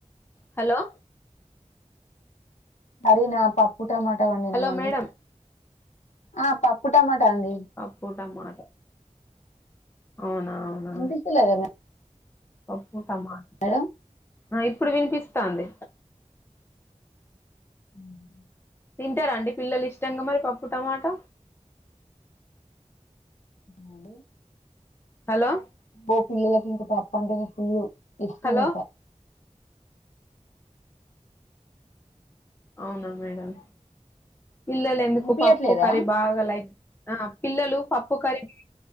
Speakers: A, on the left; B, on the left.
A: హలో
B: కర్రీనా పప్పు టమాటా వండినామండి
A: హలో మేడం
B: ఆ పప్పు టమాటా అండి
A: పప్పు టమాట అవునా అవునా
B: వినిపిస్తలేదా మే
A: పప్పు టామా
B: మేడం
A: ఆ ఇప్పుడు వినిపిస్తాంది
B: హ్
A: తింటారాండి పిల్లలు ఇష్టంగా మరి పప్పు టమాటా
B: ఆహ్
A: హలో
B: పో పిల్లలకు ఇంక పప్పు అంటేనే ఫుల్లు ఇష్టం
A: హలో
B: ఇంకా
A: అవునా మేడం పిల్లలు ఎందుకు
B: వినిపియట్లేదా
A: పప్పు కర్రీ బాగా లైక్ ఆ పిల్లలు పప్పు కర్రీని